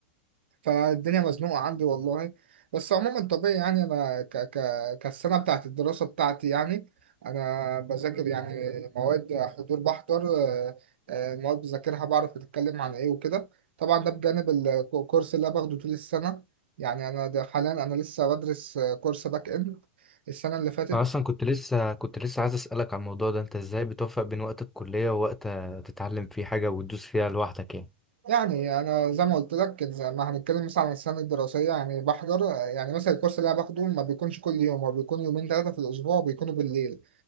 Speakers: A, on the right; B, in the centre.
A: فالدنيا مزنوقة عندي والله بس عموما طبيعي يعني أنا ك ك كالسنة بتاعت الدراسة بتاعتي يعني أنا بذاكر يعني مواد حضور بحضر آه، آه، مواد بذاكرها بعرف بتتكلم عن إيه وكده طبعا ده بجانب الكورس اللي أنا باخده طول السنة يعني أنا ده حاليا أنا لسه بدرس آه، كورس باك إند السنة اللي فاتت
B: انا اصلا كنت لسه كنت لسه عايز اسالك عن الموضوع ده انت ازاي بتوفق بين وقت الكليه ووقت آه، تتعلم فيه حاجه وتدوس فيها لوحدك يعني
A: يعني أنا زي ما قلت لك زي ما هنتكلم مثلا عن السنة الدراسية يعني بحضر آه، يعني مثلا الكورس اللي أنا باخده ما بيكونش كل يوم هو بيكون يومين ثلاثة في الأسبوع وبيكونوا بالليل